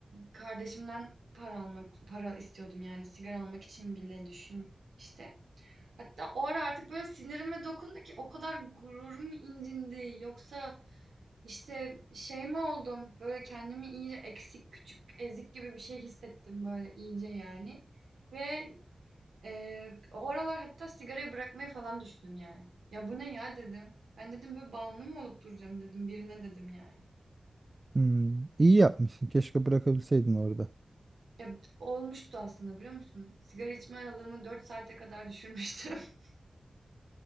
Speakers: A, on the right (about 85°); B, on the right (about 35°).
A: kardeşimden para almak, para istiyordum yani sigara almak için bile düşün işte. Hatta o ara artık böyle sinirime dokundu ki o kadar gururum incindi. Yoksa İşte şey mi oldum? Böyle kendimi iyice eksik, küçük, ezik gibi bir şey hissettim böyle iyice yani. Ve eee, o aralar hatta sigarayı bırakmayı falan düşündüm yani. Ya bu ne ya dedim. Ben dedim böyle bağımlı mı olup duracağım dedim birine dedim yani.
B: hmm, iyi yapmışsın. Keşke bırakabilseydin orada.
A: Ya olmuştu aslında biliyor musun? Sigara içme aralığımı 4 saate kadar düşürmüştüm. <laughs>